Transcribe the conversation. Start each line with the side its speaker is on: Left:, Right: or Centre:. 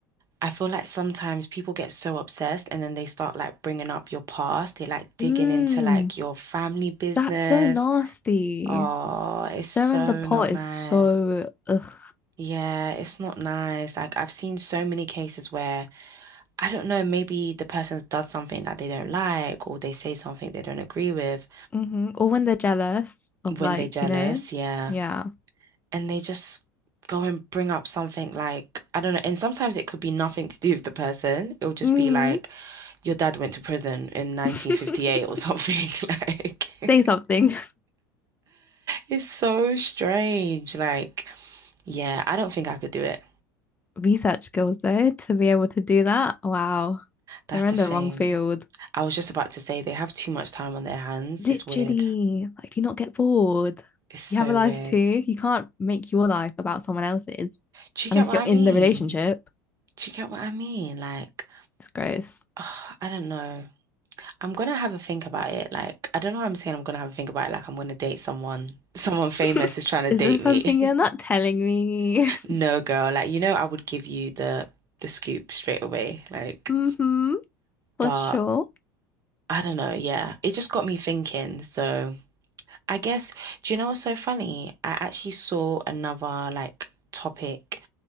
Right: I feel like sometimes people get so obsessed and then they start like bringing up your past. They like digging
Left: Mm,
Right: into like your family business
Left: that's so nasty.
Right: Oh, it's
Left: Stirring
Right: so
Left: the pot
Right: not nice.
Left: is so ugh.
Right: Yeah, it's not nice. Like I've seen so many cases where I don't know, maybe the person does something that they don't like or they say something they don't agree with
Left: hmm Or when they're jealous of
Right: when
Left: like,
Right: they're jealous,
Left: you know,
Right: yeah.
Left: yeah.
Right: And they just go and bring up something like I don't know, and sometimes it could be nothing to do with the person. It'll just
Left: Mhm.
Right: be like your dad went to prison in 1958
Left: <laughs>
Right: or something <laughs> like
Left: Say something.
Right: <laughs> It's so strange. Like, yeah, I don't think I could do it.
Left: Research skills though, to be able to do that. Wow.
Right: That's
Left: They're
Right: the
Left: in
Right: thing.
Left: the wrong field.
Right: I was just about to say they have too much time on their hands.
Left: Literally,
Right: It's weird.
Left: like, do you not get bored?
Right: It's so
Left: You have a life
Right: weird.
Left: too. You can't make your life about someone else's
Right: Do you
Left: unless
Right: get what
Left: you're
Right: I
Left: in
Right: mean?
Left: the relationship.
Right: Do you get what I mean? Like,
Left: It's gross.
Right: ah, I don't know. I'm gonna have a think about it. Like, I don't know why I'm saying I'm gonna have a think about it. Like, I'm gonna date someone. <laughs> Someone famous
Left: <laughs>
Right: is trying to
Left: Is
Right: date
Left: there something
Right: me.
Left: you're not
Right: <laughs>
Left: telling me?
Right: No,
Left: <laughs>
Right: girl. Like, you know, I would give you the the scoop straight away. Like,
Left: Mm-hmm, for
Right: but
Left: sure.
Right: I don't know. Yeah, it just got me thinking. So. I guess, do you know what's so funny? I actually saw another like topic